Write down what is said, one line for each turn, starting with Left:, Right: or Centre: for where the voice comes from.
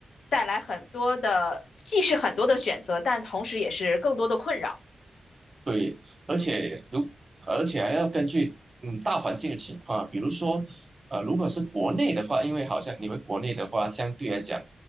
Left: 带来很多的，既是很多的选择，但同时也是更多的困扰。
Right: 对，而且如而且还要根据嗯大环境的情况，比如说呃，如果是国内的话，因为好像你们国内的话，相对来讲，